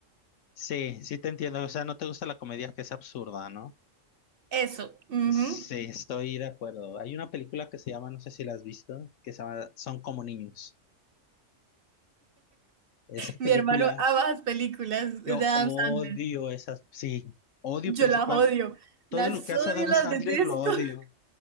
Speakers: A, on the left (about 70°); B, on the right (about 60°).
A: Sí, sí te entiendo. O sea, no te gusta la comedia que es absurda, ¿no?
B: Eso. ujú.
A: Sí, estoy de acuerdo. Hay una película que se llama, no sé si la has visto, que se llama Son como niños. Esa
B: Mi
A: película,
B: hermano ama las películas
A: yo
B: de Adam
A: odio
B: Sandler.
A: esas, sí, odio
B: Yo
A: principal.
B: las odio.
A: Todo
B: Las
A: lo que hace
B: odio,
A: Adam
B: las
A: Sandler
B: detesto.
A: lo odio.
B: <laughs>